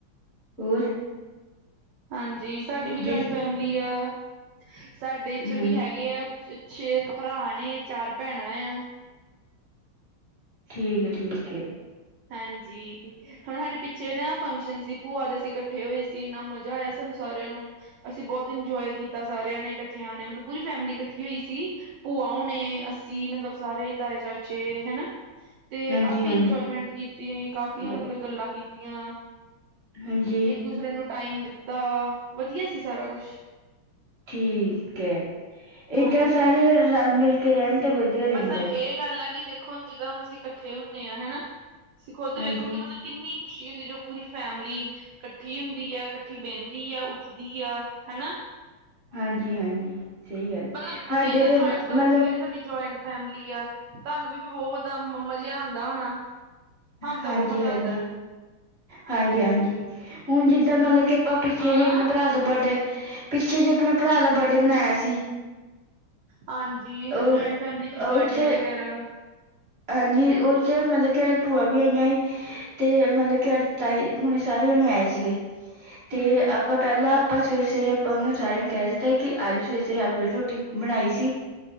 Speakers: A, on the right; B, on the right.
A: ਹੋਰ
B: ਹਾਂਜੀ ਸਾਡੀ ਵੀ ਜੁਆਇੰਟ
A: ਜਿੱਦ
B: ਫੈਮਲੀ ਆ, ਸਾਡੇ 'ਚ
A: ਹਾਂਜੀ
B: ਵੀ ਹੈਗੇ ਆ ਛੇ ਕ ਭਰਾ ਨੇ, ਚਾਰ ਭੈਣਾਂ ਆ।
A: ਠੀਕ ਐ -ਠੀਕ ਐ।
B: ਹਾਂਜੀ, ਹੁਣ ਹਾਡੇ ਪਿੱਛੇ ਨਾ ਫੰਕਸ਼ਨ ਸੀ, ਭੂਆ ਦੇ ਅਸੀਂ ਇਕੱਠੇ ਹੋਏ ਸੀ, ਇੰਨਾ ਮਜ਼ਾ ਆਇਆ ਸਾਨੂੰ ਸਾਰਿਆਂ ਨੂੰ। ਅਸੀਂ ਬਹੁਤ ਇੰਜੋਏ ਕੀਤਾ ਸਾਰਿਆਂ ਨੇ, ਇਕੱਠਿਆਂ ਨੇ, ਮਤਲਬ ਪੂਰੀ ਫੈਮਿਲੀ ਇਕੱਠੀ ਹੋਈ ਸੀ। ਭੂਆ ਹੋਣੇ, ਅਸੀਂ ਮਤਲਬ ਸਾਰੇ, ਤਾਏ ਚਾਚੇ ਹੈਨਾ, ਤੇ
A: ਹਾਂਜੀ
B: ਕਾਫੀ
A: ਹਾਂਜੀ
B: ਇੰਜੋਏਮੈਂਟ ਕਾਫੀਆਂ
A: ਵ-
B: ਮਤਲਬ ਗੱਲਾਂ ਕੀਤੀਆਂ, ਇਕ ਦੂਜੇ
A: ਹਾਂਜੀ
B: ਇੱਕ ਦੂਸਰੇ ਨੂੰ ਟਾਈਮ ਦਿੱਤਾ, ਵਧੀਆ ਸੀ ਸਾਰਾ ਕੁਛ।
A: ਠੀਕ ਐ,
B: ਹਾਂਜੀ
A: ਏਦਾਂ ਸਾਰੇ ਰਲ ਮਿਲ ਕੇ ਰਹਿਣ ਤੇ ਵਧੀਆ ਰਹਿੰਦਾ
B: ਮਤਲਬ
A: ਏ।
B: ਇਹ ਗੱਲ ਆ ਕਿ ਦੇਖੋ ਹੁਣ ਜਿੱਦਾਂ ਹੁਣ ਅਸੀਂ ਇਕੱਠੇ ਹੁੰਦੇ ਹਨਾ, ਤੁਸੀਂ ਖੁਦ
A: ਹਾਂਜੀ
B: ਵੇਖੋ, ਕਿ ਮਤਲਬ ਕਿੰਨੀ ਖੁਸ਼ੀ ਹੁੰਦੀ, ਜਦੋਂ ਪੂਰੀ ਫੈਮਿਲੀ ਇਕੱਠੀ ਹੁੰਦੀ ਆ, ਇਕੱਠੀ ਬਹਿੰਦੀ ਆ, ਉੱਠਦੀ ਆ, ਹੈਨਾ।
A: ਹਾਂਜੀ-ਹਾਂਜੀ ਸਹੀ ਗੱਲ ਏ,
B: ਮਤਲਬ
A: ਹਾਡੇ
B: ਜੇ ਜਿੱਦਾਂ
A: ਤੇ
B: ਜੁਆਇੰਟ
A: ਮਤਲਬ
B: ਜਿੱਦਾਂ ਤੁਸੀਂ ਕਹਿੰਦੇ ਤੁਹਾਡੀ ਜੁਆਇੰਟ ਫੈਮਿਲੀ ਆ, ਤੁਹਾਨੂੰ ਵੀ ਬਹੁਤ ਮਜ਼ਾ ਆਉਂਦਾ ਹੋਣਾ? ਸਾਨੂੰ
A: ਹਾਂਜੀ-ਹਾਂਜੀ,
B: ਤਾਂ ਬਹੁਤ ਮਜ਼ਾ ਆਉਂਦਾ ਹੈ।
A: ਹਾਂਜੀ-ਹਾਂਜੀ। ਹੁਣ ਜਿੱਦਾਂ ਮਤਲਬ, ਕਿ ਆਪਾਂ ਪਿੱਛੇ
B: ਹਾਂ
A: ਜੇ ਆਪਣੇ ਭਰਾ ਬਰਡੇ, ਪਿੱਛੇ ਜੇ ਆਪਣੇ ਭਰਾ ਦਾ ਬਰਡੇ ਮਨਾਇਆ ਸੀ।
B: ਹਾਂਜੀ, ਜਦੋਂ
A: ਉਹ
B: ਜੁਆਇੰਟ ਫੈਮਿਲੀ 'ਚ ਬਰਡੇ
A: ਉੱਥੇ
B: ਵਗੈਰਾ
A: ਹਾਂਜੀ ਉਹ 'ਚ ਮਤਲਬ ਕਿ ਭੂਆ ਵੀ ਆਈਆਂ ਸੀ, ਤੇ ਮਤਲਬ ਕਿ ਤਾਈ ਹੁਣੇ ਸਾਰੇ ਜਣੇ ਆਏ ਸੀਗੇ, ਤੇ
B: ਹਮ
A: ਆਪਾਂ ਪਹਿਲਾਂ ਆਪਾਂ ਸਵੇਰ-ਸਵੇਰੇ ਆਪਾਂ ਉਹਨਾਂ ਨੂੰ ਸਾਰਿਆਂ ਨੂੰ ਕਹਿ ਦਿੱਤਾ, ਕਿ ਆਜੂ ਸਵੇਰ ਸਵੇਰੇ ਆਲੂ ਵਾਲੀ ਰੋਟੀ ਬਣਾਈ ਸੀ।